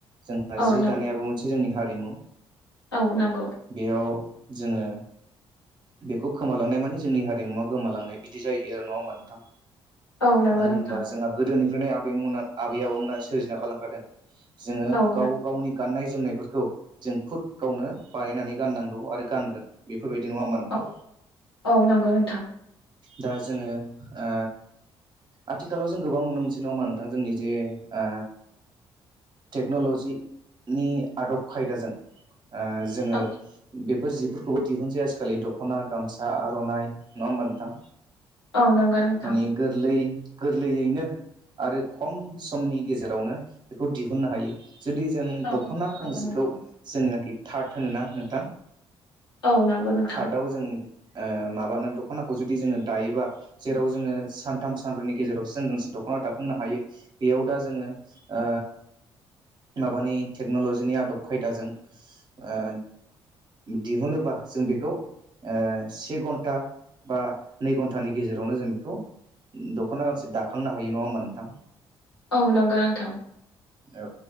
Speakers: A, on the right; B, on the left.
A: जोंहा
B: औ
A: जि
B: नों
A: दानायाबो मोनसे जोंनि हारिमु।
B: औ नोंगौ।
A: बेयाव जोङो बेखौ खोमालांनाय माने जोंनि हारिमुवा गोमालांनाय बिदि जायो आरो नङा होमबा नोंथां?
B: औ नंगौ
A: मानो
B: नोंथां
A: होनब्ला जोंहा गोदोनि आबैमुना आबै आबौमोना सोरजिना गालां होदो। जोङो
B: औ
A: गाव
B: नों
A: गावनि गाननाय जोमनायफोरखौ जों खुद गावनो बानानै गाननांगौ आरो गानगोन बे बेफोरबायदि नङा होमबा नोंथां?
B: औ औ नंगौ नोंथां
A: दा जोङो ओ आथिखालाव जों गोबां नुनो मोनसै नङा होमबा नोंथां जोंनि जे ओ टेक्न'ल'जिनि आदब खायदाजों ओ जोङो
B: औ
A: बेफोर जि फोरखौबो दिहुनसै आजिखालि दख'ना, गामसा, आर'नाइ नङा होमबा नोंथां?
B: औ नंगौ नोंथां
A: माने गोरलै गोरलैयैनो आरो खम समनि गेजेरावनो बेखौ दिहुननो हायो। जुदि जों
B: औ
A: दख'ना गांसेखौ
B: जागोन नोंथां।
A: जोंनो थार्द होनोना नोंथां?
B: औ नोंगो नोंथां।
A: थार्दआव जों ओ माबानो दख'नाखौ जुदि जोङो दायोबा जेराव जोङो सानथाम सानब्रैनि गेजेरावसो जों गांसे दख'ना दाखांनो हायो बेयाव दा जोङो ओ माबानि टेक्नलजिनि आदब खायदाजों ओ दिहुनोबा जों बेखौ ओ से घन्टा बा नै घन्टानि गेजेरावनो जों बेखौ दख'ना गांसे दाखांनो हायो नङा होमबा नोंथां?
B: औ नोंगो नोंथां।
A: औ